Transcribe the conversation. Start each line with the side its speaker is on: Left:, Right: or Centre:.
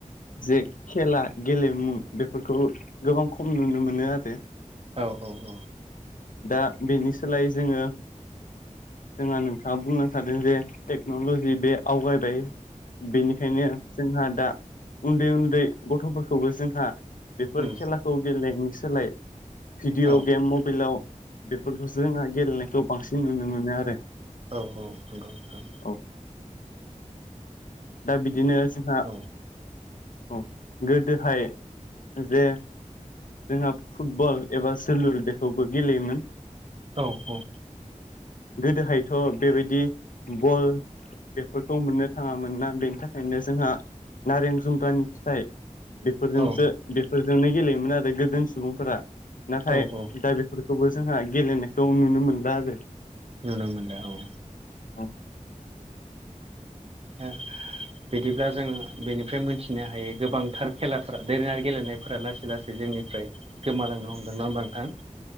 Left: जे खेला गेलेमु बेफोरखौ गोबां खम नुनो मोनो आरो।
Right: औ औ औ।
Left: दा बिनि सोलायै जोङो जोंहा नोंथाङा बुंलांखादों जे टेक्न'लजि बे आवगायबाय। बेनिखायनो जोंहा दा उन्दै उन्दै गथ'फोरखौबो जोंहा बेफोर
Right: औ
Left: खेला खौ गेलेनायनि सोलाय भिडिअ'
Right: औ
Left: गेम मबेइलाव बेफोरखौसो जोंहा गेलेनायखौ बांसिन नुनो मोनो आरो।
Right: औ औ नंगौ नोंथां।
Left: औ दा बिदिनो जोंहा
Right: औ
Left: औ गोदोहाय जे जोंहा फुटबल एबा जोलुर बेखौबो गेलेयोमोन।
Right: औ औ।
Left: गोदोहायथ' बेबायदि बल बेफोरखौ मोननो थाङामोन ना। बेनि थाखायनो जोंहा नारें जुमब्रानि फिथाइ बेफोरजोंसो
Right: औ
Left: बे फोरजोंनो गेलेयोमोन आरो गोदो सुबुंफोरा। नाथाय
Right: औ औ
Left: दा बेफोर खौबो जोंहा गेलेनायखौ नुनो मोनला आरो।
Right: नुनो मोनला औ।
Left: औ
Right: ओ बिदिब्ला जों बेनिफ्राय मोनथिनो हायो गोबांथार खेलाफोरा दोरोङारि गेलेनाय फोरा लासै लासै जोंनिफ्राय गोमालांनो हमदों। नंङा होमबा नोंथां?